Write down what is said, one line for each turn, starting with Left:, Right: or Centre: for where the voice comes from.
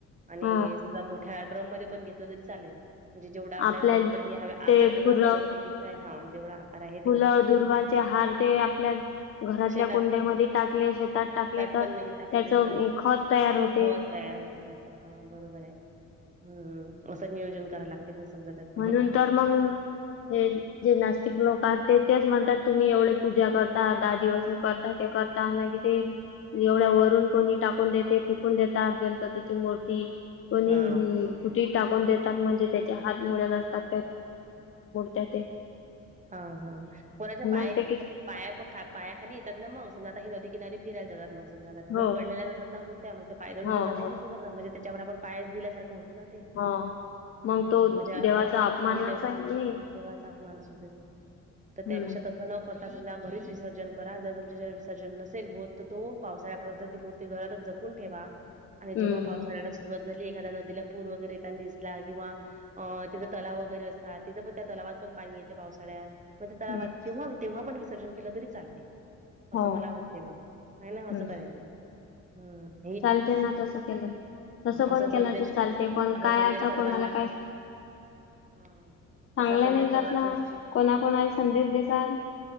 Right: आणि
Left: ह
Right: समजा मोठ्या ड्रम मध्ये पण घेतलं तरी चालेल. म्हणजे जेवढा आपल्याला
Left: आपल्या
Right: गणपती ह
Left: ते
Right: आकार जेवढा
Left: फुलं
Right: आपल्या गणपतीचा आहे हा तेवढा. आहे
Left: फुलं दुर्वांचे हार ते आपल्या घरातल्या
Right: शेतात
Left: कुंड्यामध्ये टाकले शेतात टाकले तर
Right: पण नेऊन टाकले
Left: त्याच
Right: तरी चालतात
Left: खत तयार होते
Right: हो तयार होते त्याच हा बरोबर आहे. हम्म असं नियोजन करायला लागते मग समजा. त्याचं
Left: म्हणून तर मंग हे. जे नास्तिक लोक आहेत तेच म्हणतात तुम्ही एवढे पूजा करता दहा दिवस करता ते कर दान किती. एवढ्या वरून कोणी टाकून देते फेकून देतात गणपतीची मूर्ती कोणी
Right: हा
Left: कुठे टाकून देतात म्हणजे त्याचे हात मुळे नसतात त्याचे <unintelligible>
Right: हा हा कोणाच्या पाय
Left: असते की
Right: पाया प पाया खाली येतात ना मग समजा आता नदी किनारी फिरायला जातात मग. समज तिथ
Left: हो
Right: पडलेल्या जात ना मूर्त्या मग त्या पादळी
Left: हो
Right: जात ना
Left: हो
Right: म्हणजे त्याच्या आपण पाय दिल्या सारख होत. ना ते
Left: हो मग
Right: हा
Left: तो
Right: म्हणजे
Left: देवाचा
Right: अपमानच होते ना तेव्हा.
Left: आहे
Right: देवाचा अपमानच होतय तो तर
Left: हम्म
Right: त्यापेक्षा त्याच ना करता समजा घरीच विसर्जन करा जर तुमच्या ज विसर्जन नसेल होत तर तो पावसाळ्यापर्यंत ती मुर्ती ते घरातच जपून ठेवा आणि
Left: हम्म
Right: जेव्हा पावसाळ्याला
Left: हम्म
Right: सुरवात झाली एखाद्या नदीला पूर वगैरे येताना दिसला किंवा अ तिथं तलाव वगैरे असतात तिथं पण त्या तलावात पण पाणी येत पावसाळ्यात मग त्याला
Left: हम्म
Right: तेव्हा तेव्हा पण विसर्जन केलं तरी चालते. असं
Left: हो
Right: मला वाटते ब नाही ना असं
Left: हम्म
Right: करायचं हम्.
Left: चालते ना तसं केलं तसं पण
Right: असा
Left: केलं
Right: संदेश
Left: तर चालते पण
Right: असा
Left: काय
Right: संदेश
Left: आता
Right: सर्वांना
Left: कोणाला काय
Right: हा
Left: चांगलं
Right: असा संदेश
Left: नाही जात
Right: सर्वांपर्यंत
Left: ना कोणा कोणाला संदेश देसाल.